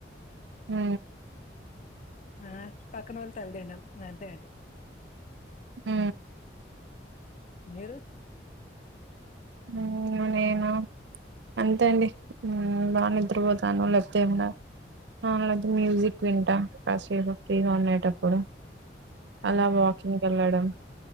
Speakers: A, on the right (about 75°); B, on the left (about 40°).
A: ఉ
B: ఆ పక్కనోళ్లు తల తిన్నడం అంతే అండి
A: ఉ
B: మీరు
A: హు నేను అంతే అండి ఉ బాగా నిద్రపోతాను లేకపోతే ఏమైనా ఉ లేపోతే మ్యూజిక్ వింటా కాసేపు ఫ్రీగా ఉండేటప్పుడు
B: ఆ
A: అలా వాకింగ్ వెళ్ళడం